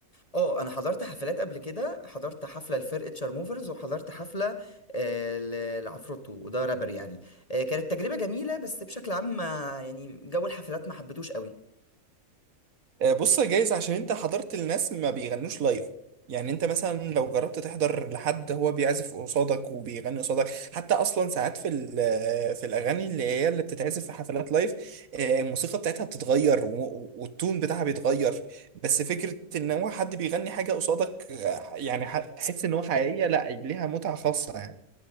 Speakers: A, on the left; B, on the right.
A: اه انا حضرت حفلات قبل كده حضرت حفله لفرقه شارموفرز وحضرت حفله آه، ل- لعفروتو وده رابر يعني آه، كانت تجربه جميله بس بشكل عام ما- يعني جو الحفلات ما حبيتوش قوي
B: آه، بص يا جايز عشان انت حضرت الناس ما بيغنوش لايف يعني انت مثلا لو جربت تحضر لحد هو بيعزف قصادك وبيغني قصادك حتى اصلا ساعات في ال- آه، في الاغاني اللي هي اللي بتتعزف في حفلات لايف آه، الموسيقى بتاعتها بتتغير و- والتون بتاعها بيتغير بس فكرة ان هو حد بيغني حاجة قصادك آه، يعني ح- تحس ان هو حقيقية لا ليها متعة خاصة يعني